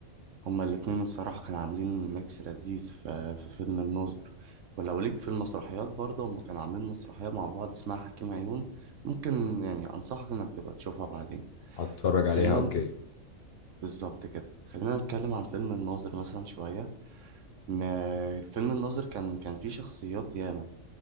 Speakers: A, on the right (about 70°); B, on the left (about 60°).
A: هما الاتنين الصراحة كانوا عاملين ميكس لذيذ في, في فيلم الناظر ولو ليك في المسرحيات برضه هما كانوا عاملين مسرحية مع بعض اسمها حكيم عيون ممكن يعني أنصحك إنك تبقى تشوفها بعدين
B: هتفرج
A: خلينا
B: عليها اوكي
A: بالظبط كده خلينا نتكلم عن فيلم الناظر مثلا شوية ما فيلم الناظر كان كان فيه شخصيات ياما